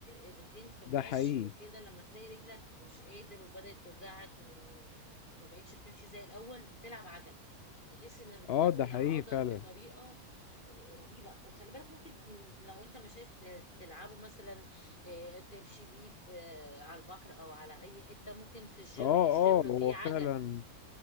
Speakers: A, on the left (about 35°); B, on the left (about 60°).
A: آه، الرجلين في المشي
B: ده حقيقي
A: وكده لما تلاقي رجلك مش قادر وبدات توجعك من ما بقتش بتمشي زي الاول تلعب عجل بحيث انها بتنمي
B: اه ده حقيقي
A: العضل
B: فعلا
A: بطريقه آه، رهيبه وخلي بالك ممكن م- لو انت مش عايز ت- تلعبه مثلا آه، تمشي بيه في آه، على البحر او على اي حتة ممكن في الجيم
B: اه
A: الجيم
B: اه
A: فيه
B: هو
A: عجل
B: فعلا